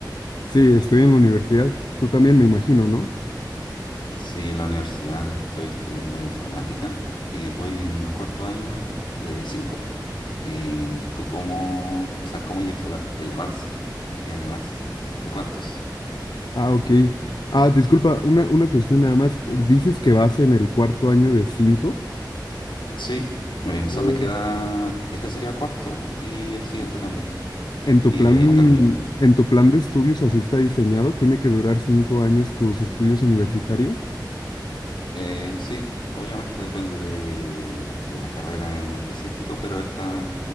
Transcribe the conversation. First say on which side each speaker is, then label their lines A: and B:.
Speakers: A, on the left; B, on the left.
A: Sí, estoy en la universidad, tú también me imagino, ¿no?
B: Eh, sí, en la universidad estoy estudiando informática y voy en cuarto año de cinco. ¿Y tú cómo, o sea, cómo llevas el, el avance? ¿En qué año vas? ¿De cuántos?
A: Ah, ok. Ah, disculpa, una, una cuestión nada más, eh, dices que vas en el cuarto año de cinco,
B: Sí, me- o sea,
A: Mm.
B: me queda, este sería el cuarto y el siguiente también.
A: ¿en tu
B: Y
A: plan,
B: ahí termino.
A: en tu plan de estudios así está diseñado? ¿Tiene que durar cinco años tus estudios universitarios?
B: Eh, sí, obviamente depende de, de la carrera en específico, pero esta